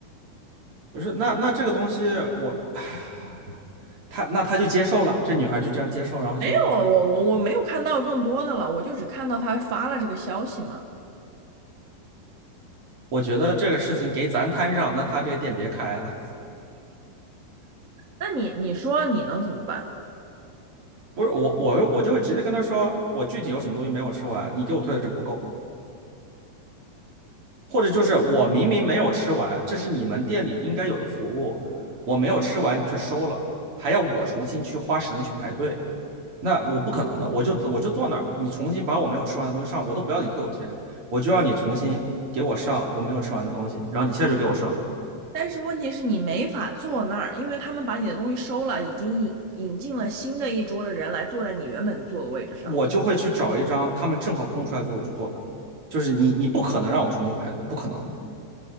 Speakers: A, on the right; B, on the right.
A: 不是，那那这个东西我，<sighs> 他那他就接受了，这女孩就这样接受，然后就就，
B: 没有，我我我没有看到更多的了，我就只看到他发了这个消息嘛。
A: 我觉得这个事情给咱摊上，那他这个店别开了。
B: 那你你说你能怎么办？
A: 不是我，我我就会直接跟他说，我具体有什么东西没有吃完，你给我退的这不够，或者就是我明明没有吃完，这是你们店里应该有的服务，我没有吃完你去收了，还要我重新去花时间去排队，那我不可能的，我就我就坐那儿，你重新把我没有吃完的东西上，我都不要你退我钱，我就要你重新给我上我没有吃完的东西，然后你现在就给我上，
B: 但是问题是你没法坐那儿，因为他们把你的东西收了，已经引引进了新的一桌的人来坐在你原本坐的位置上了。
A: 我就会去找一张他们正好空出来坐，我就坐那儿，就是你你不可能让我重新排队，不可能的。